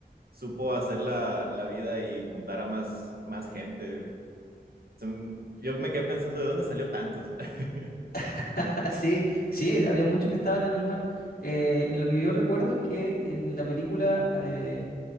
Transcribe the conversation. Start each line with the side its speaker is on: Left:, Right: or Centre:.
Right: supo hacer la, la vida y juntar a más, más gente. Se m- Yo me quedé pensando de dónde salió tantos. <laughs>
Left: <laughs> Sí, sí, había muchos que estaban en el mar. Eh, lo que yo recuerdo es que en la película eh,